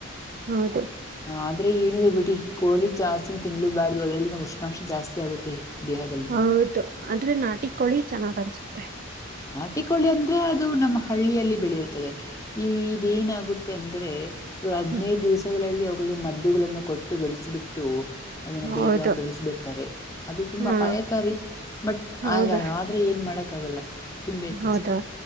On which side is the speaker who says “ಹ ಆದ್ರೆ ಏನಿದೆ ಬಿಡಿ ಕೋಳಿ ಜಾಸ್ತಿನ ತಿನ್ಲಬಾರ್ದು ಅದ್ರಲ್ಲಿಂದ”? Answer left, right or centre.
Left